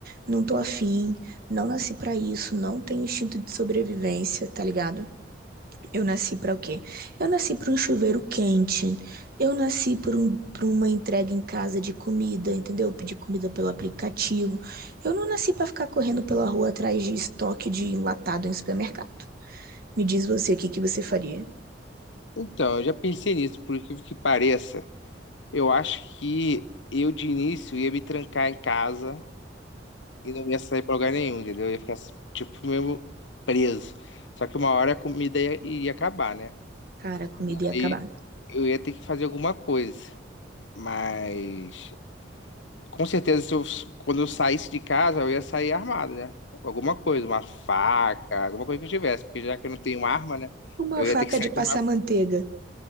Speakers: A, on the right; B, on the left.
A: não tô afim, não nasci para isso, não tenho instinto de sobrevivência, tá ligado? Eu nasci para o quê? Eu nasci para um chuveiro quente. Eu nasci por, um- por uma entrega em casa de comida, entendeu? Pedir comida pelo aplicativo. Eu não nasci para ficar correndo pela rua atrás de estoque de enlatado em supermercado. Me diz você o que que você faria?
B: Então, eu já pensei nisso, por incrível que pareça. Eu acho que eu de início ia me trancar em casa e não ia sair pra lugar nenhum, entendeu? Eu ia ficar tipo mesmo preso. Só que uma hora a comida ia, iria acabar, né?
A: Cara, a comida
B: Daí
A: ia acabar.
B: eu ia ter que fazer alguma coisa. Mas com certeza se eu- quando eu saísse de casa, eu ia sair armado, né? Alguma coisa, uma faca, alguma coisa que eu tivesse, porque já que eu não tenho arma, né?
A: Uma
B: Eu
A: faca
B: ia ter que sair
A: de passar
B: com uma
A: manteiga,